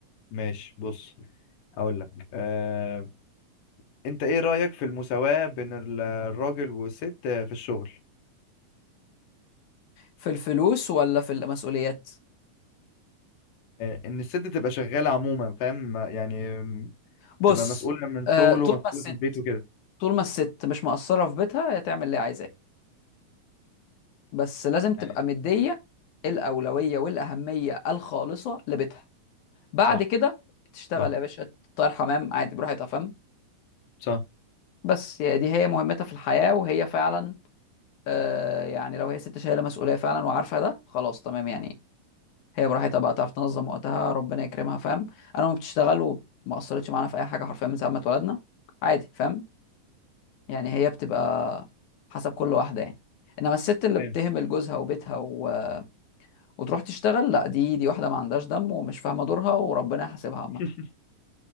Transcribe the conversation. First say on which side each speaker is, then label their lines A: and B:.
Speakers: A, on the left; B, on the left.
A: ماشي بص هقول لك آه انت ايه رأيك في المساواة بين ال- الراجل والست آه، في الشغل
B: في الفلوس ولا في المسؤوليات
A: آه ان الست تبقى شغالة عموما فاهم ما- يعني م-
B: بص
A: تبقى مسؤولة من
B: آه
A: شغله
B: طول
A: ومسؤولة
B: ما الست
A: في البيت وكده
B: طول ما الست مش مقصره في بيتها هي تعمل اللي عايزاه بس لازم تبقى
A: يعني
B: مدية الأولوية والأهمية الخالصة لبيتها بعد
A: صح
B: كده تشتغل
A: صح
B: يا باشا تطير حمام عادي براحتها فاهم
A: صح
B: بس يا دي هي مهمتها في الحياة وهي فعلا آه يعني لو هي ست شايلة مسؤولية فعلا وعارفة ده خلاص تمام يعني هي براحتها بقى تعرف تنظم وقتها ربنا يكرمها فاهم أنا ما بتشتغل وما أثرتش معانا في أي حاجة حرفيا من ساعة ما اتولدنا عادي فاهم يعني هي بتبقى حسب كل واحدة يعني إنما الست اللي
A: فاهم
B: بتهمل جوزها وبيتها و... وتروح تشتغل لا دي دي واحده ما عندهاش دم ومش فاهمه دورها وربنا يحاسبها عامه
A: <laughs>